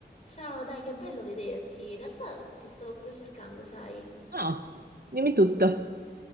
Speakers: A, on the left; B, on the right.
A: Ciao, dai, che bello vederti. In realtà ti stavo proprio cercando, sai?
B: Ah, dimmi tutto.